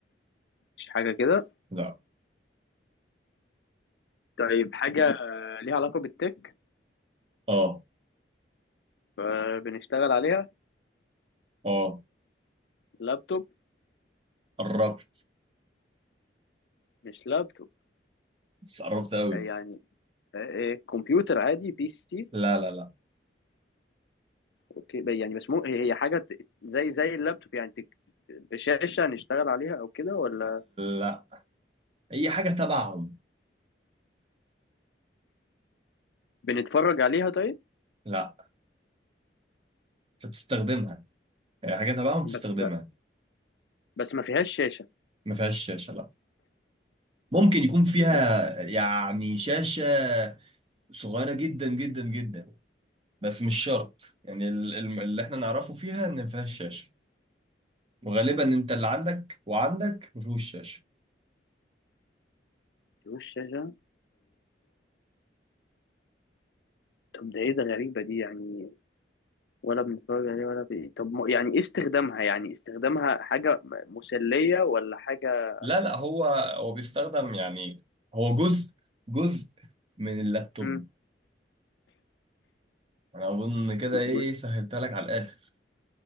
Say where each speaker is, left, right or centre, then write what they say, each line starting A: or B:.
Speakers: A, on the left; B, on the right.
A: مش حاجة كده
B: لا
A: طيب حاجة آه، ليها علاقة بالتك
B: اه
A: فبنشتغل عليها
B: اه
A: لابتوب
B: قربت
A: مش لابتوب
B: بس قربت قوي
A: آه، يعني آه، آه، كمبيوتر عادي بي سي
B: لا لا لا
A: اوكي ب- يعني بس مو هي هي حاجه ت- زي زي اللابتوب يعني تك- شاشه نشتغل عليها او كده ولا
B: لا اي حاجه تبعهم
A: بنتفرج عليها طيب
B: لا انت بتستخدمها اي حاجه تبعهم بتستخدمها
A: بس لا بس ما فيهاش شاشه
B: ما فيهاش شاشه لا ممكن يكون فيها
A: ما فيهاش
B: يعني شاشه صغيره جدا جدا جدا بس مش شرط يعني ال- ال- اللي احنا نعرفه فيها ان ما فيهاش شاشه وغالبا انت اللي عندك وعندك ما فيهوش شاشه
A: فيهوش شاشه طب ده ايه ده غريبه دي يعني ولا بنتفرج عليها ولا بي... طب م- يعني ايه استخدامها يعني استخدامها حاجه م- مسليه ولا حاجه
B: لا لا هو هو بيستخدم يعني هو جزء جزء من اللابتوب
A: مم.
B: انا اظن كده ايه
A: جزء
B: سهلتها لك على الاخر